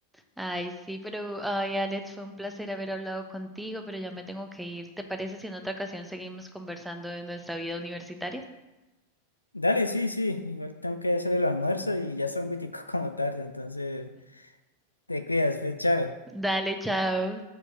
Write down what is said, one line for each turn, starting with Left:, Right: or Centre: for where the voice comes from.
Centre: Ay, sí, pero, ay, Alex, fue un placer haber hablado contigo, pero ya me tengo que ir. ¿Te parece si en otra ocasión seguimos conversando de nuestra vida universitaria?
Left: Dale, sí, sí, igual tengo que hacer el almuerzo y ya está un poquitico <laughs> como tarde, entonces te cuidas, pues, chao.
Centre: Dale, chao.